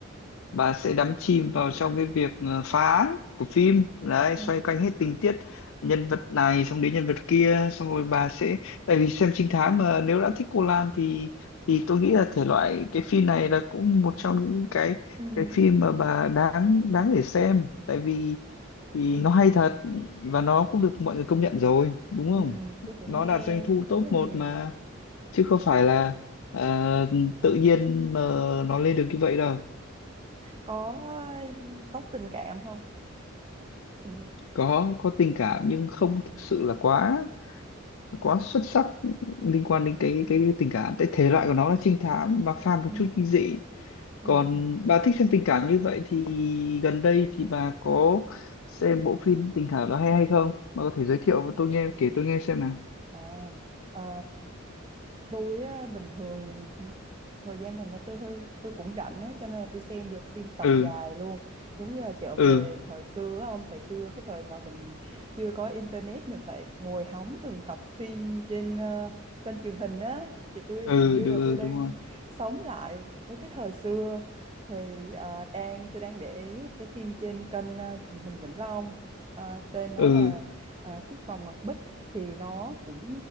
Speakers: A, on the left (about 80°); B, on the right (about 25°).
A: bà sẽ đắm chìm vào trong cái việc ờ, phá án của phim đấy
B: Ừ.
A: xoay quanh hết tình tiết nhân vật này xong đến nhân vật kia xong rồi bà sẽ tại vì xem trinh thám mà nếu đã thích cô lan thì thì tôi nghĩ là thể loại cái phim này là cũng một trong những cái
B: Ừ. Ừ.
A: cái phim mà bà đáng đáng để xem tại vì thì nó hay thật và nó cũng được mọi người công nhận rồi đúng không
B: Ừ. Tôi cũng
A: nó
B: nghe
A: đạt doanh thu
B: khá
A: top
B: là nhiều
A: một mà
B: rồi.
A: chứ không phải là ờ, tự nhiên mà nó lên được như vậy đâu
B: Có có tình cảm không? Hình như.
A: có có tình cảm nhưng không thực sự là quá quá xuất sắc liên quan đến cái cái tình cảm tại thể loại của nó là trinh thám và pha một
B: Ừ.
A: chút kinh dị
B: Ừ.
A: còn
B: Ừ.
A: bà thích xem tình cảm như vậy thì gần đây thì bà có xem bộ phim tình cảm đó hay hay không bà có thể giới thiệu và tôi nghe kể tôi nghe xem nào
B: À, ờ, tôi á, bình thường thời gian gần đây tôi hơi tôi cũng rảnh á cho nên là tôi xem được phim tập
A: ừ
B: dài luôn giống như là trở
A: ừ
B: về thời xưa á ông thời xưa cái thời mà mình chưa có internet mình phải ngồi hóng từng tập phim trên ờ, kênh truyền hình á thì tôi
A: ừ
B: hình như
A: đúng,
B: là
A: ừ,
B: tôi đang
A: đúng rồi
B: sống lại với cái thời xưa thì ờ, đang tôi đang để ý cái phim trên kênh ờ, truyền hình Vĩnh Long Ờ, tên nó
A: ừ
B: là ờ, Chiếc vòng ngọc bích thì nó cũng